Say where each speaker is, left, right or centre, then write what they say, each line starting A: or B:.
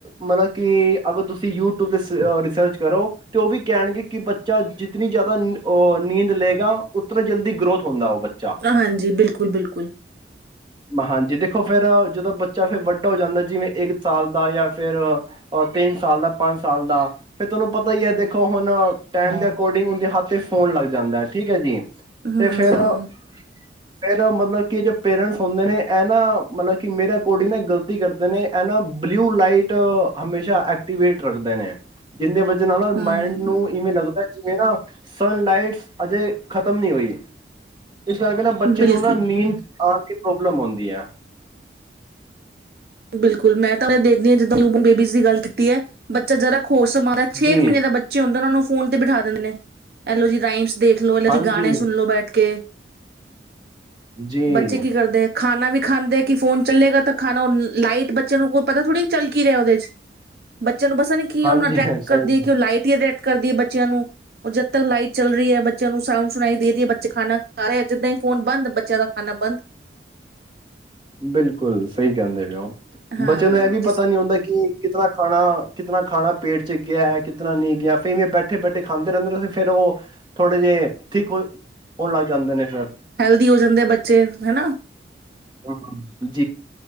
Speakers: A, on the right (about 25°); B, on the right (about 60°).
A: ਮਤਲਬ ਕਿ ਅਗਰ ਤੁਸੀਂ ਯੂ ਰਿਸਰਚ ਕਰੋ ਤੇ ਉਹ ਵੀ ਕਹਿਣਗੇ ਕਿ ਬੱਚਾ ਜਿਤਨੀ ਜ਼ਿਆਦਾ ਨੀਂਦ ਲਏਗਾ ਉਤਨਾ ਜਲਦੀ ਗਰੋਥ ਹੁੰਦਾ ਉਹ ਬੱਚਾ
B: ਹਾਂਜੀ ਬਿਲਕੁਲ ਬਿਲਕੁਲ
A: ਹਾਂਜੀ ਦੇਖੋ ਫੇਿਰ ਜਦੋਂ ਬੱਚਾ ਫਿਰ ਵੱਡਾ ਹੋ ਜਾਂਦਾ ਜਿਵੇਂ ਇੱਕ ਸਾਲ ਦਾ ਜਾਂ ਫੇਿਰ ਤਿੰਨ ਸਾਲ ਦਾ ਪੰਜ ਸਾਲ ਦਾ ਫਿਰ ਤੁਹਾਨੂੰ ਪਤਾ ਹੀ ਹੈ ਦੇਖੋ ਹੁਣ ਟਾਈਮ ਦੇ ਅਕੋਰਡਿੰਗ ਉਹਦੇ ਹੱਥ ਤੇ ਫੋਨ ਲੱਗ ਜਾਂਦਾ ਹੈ ਠੀਕ ਹੈ ਜੀ
B: ਹਮ
A: ਤੇ ਫੇਰ ਫਿਰ ਮਤਲਬ ਕਿ ਜੌ ਪੇਰੈਂਟਸ ਹੁੰਦੇ ਨੇ ਇਹ ਨਾ ਮਤਲਬ ਕਿ ਮੇਰਾ ਐਕਾਰਡਿੰਗ ਨਾ ਗ਼ਲਤੀ ਕਰਦੇ ਨੇ ਇਹ ਨਾ ਬਲਿਊ ਲਾਈਟ ਹਮੇਸ਼ਾ ਐਕਟੀਵੇਟ ਰੱਖਦੇ ਨੇ ਜਿੰਨੇ ਵਜ ਨਾਲ
B: ਹਮ
A: ਮਾਇਂਡ ਨੂੰ ਇ ਵੇਂ ਲੱਗ ਜਿਵੇਂ ਨਾ ਸਨ ਲਾਈਟਸ ਅਜੇ ਖਤਮ ਨਹੀਂ ਹੋਈ ਇਸ ਕਰਕੇ ਨਾ ਬੱਚੇ
B: ਬਿਲਕੁਲ
A: ਨੂੰ ਨਾ ਨੀਂਦ ਆਉਣ ਪ੍ਰੋਬਲਮ ਆਉਂਦੀ ਆ
B: ਬਿਲਕੁਲ ਮੈਂ ਤਾਂ ਦੇਖਦੀ ਹਾਂ ਜਿੱਦਾਂ ਬੇਬੀਜ਼ ਦੀ ਗੱਲ ਕੀਤੀ ਹੈ ਬੱਚਾ ਜਰਾ ਹੋਸ਼ ਸੰਭਾਲ਼ ੇ
A: ਜੀ
B: ਮਹੀਨੇ ਦਾ ਬੱਚੇ ਹੁੰਦੇ ਉਹਨਾਂ ਨੂੰ ਫੋਨ ਤੇ ਬਿਠਾ ਦਿੰਦੇ ਨੇ ਐਲੋ ਜੀ ਰਾਈ ਦੇਖਲੋ ਇਹਨਾਂ
A: ਹਾਂਜੀ
B: ਚ ਗਾਣੇ ਸੁਣ ਲੋ ਬੈਠ ਕੇ
A: ਜੀ
B: ਬੱਚੇ ਕੀ ਕਰਦੇ ਹੈ ਖਾਣਾ ਵੀ ਖਾਂਦੇ ਕਿ ਫੋਨ ਚੱਲੇਗਾ ਤਾਂ ਖਾਣਾ ਲਾਈਟ ਬੱਚੇ ਨੂੰ ਕੋਈ ਪਤਾ ਥੋੜ੍ਹੀ ਚਲ ਕੀ ਰਿਹਾ ਉਹਦੇ ਚ ਬੱਚ ਨੂੰ ਬਸ ਨ ਕੀ
A: ਹਾਂਜੀ
B: ਉਹਨੂੰ ਅਟ੍ਰੈਟ ਕਰਦੀ
A: ਸਹੀ
B: ਹੈ ਕਿ ਉਹ ਲਾਈਟ ਕਰਦੀ ਹੈ ਬੱਚਿਆਂ ਨੂੰ ਜਦ ਤੱਕ ਲਾਈਟ ਚੱਲ ਰਹੀ ਹੈ ਬੱਚਿਆਂ ਨੂੰ ਸਾਊਂਡ ਸੁਣਾਈ ਦੇ ਰਹੀ ਹੈ ਬੱਚੇ ਖਾਣਾ ਖਾ ਰਹੇ ਜਿੱਦਾਂ ਹੀ ਫ਼ੋਨ ਬੰਦ ਬੱਚਿਆਂ ਦਾ ਖਾਣਾ ਬੰਦ
A: ਬਿਲਕੁਲ ਸਹੀ ਕਹਿੰਦੇ ਪਏਓ
B: ਹਾਂ
A: ਬੱਚੇ ਨੂੰ ਇਹ ਵੀ
B: ਜਿਸ
A: ਪਤਾ ਨੀ ਹੁੰਦਾ ਕਿ ਕਿਤਨਾ ਖਾਣਾ ਕਿਤਨਾ ਖਾਣਾ ਪੇਟ ਚ ਗਿਆ ਕਿਤਨਾ ਨਹੀਂ ਗਿਆ ਫੇਵੇਂ ਬੈਠੇ ਬੈਠੇ ਖਾਂਦੇ ਰਹਿੰਦੇ ਰ ਸੀ ਫੇਿਰ ਉਹ ਥੋੜ੍ਹੇ ਜਿਹੇ ਠੀਕ ਹੋ ਹੋਣ ਲੱਗ ਜਾਂਦੇ ਨੇ ਫੇਿਰ
B: ਹੈਲਦੀ ਹੋ ਜਾਂਦੇ ਬੱਚੇ ਹਨਾ
A: ਹਾਂ